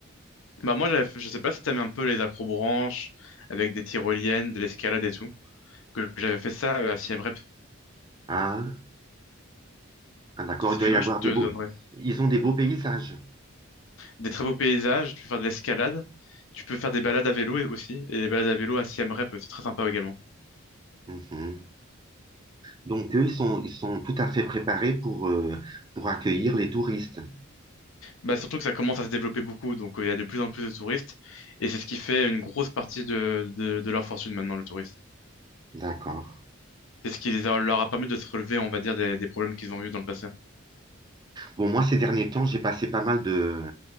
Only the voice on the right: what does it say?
Ah, Ah, d'accord,
il
doit y
avoir
des
beaux. Ils ont des beaux paysages.
Mhm. Donc, eux, ils sont, ils sont tout à fait préparés pour, euh, pour accueillir les touristes.
D'accord.
Bon, moi, ces derniers temps, j'ai passé pas mal de,